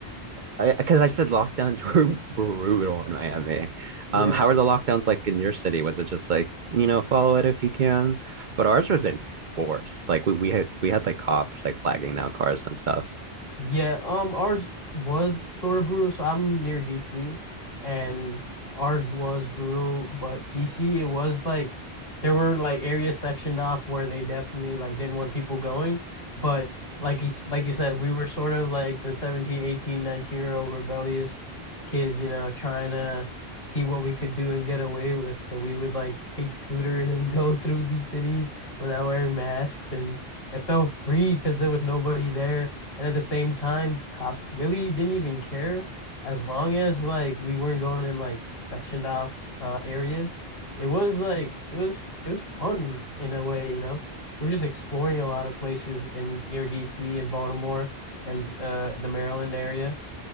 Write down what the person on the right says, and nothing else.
Because I, 'cause I said lockdowns <laughs> were brutal in Miami.
Um, how are the lockdowns like in your city? Was it just like, you know, follow it if you can? But ours was enforced. Like we, we had we had like cops like flagging down cars and stuff.